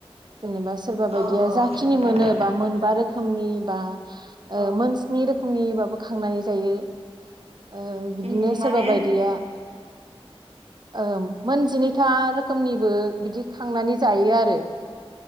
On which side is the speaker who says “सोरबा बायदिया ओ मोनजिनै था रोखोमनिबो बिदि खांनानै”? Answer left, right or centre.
Right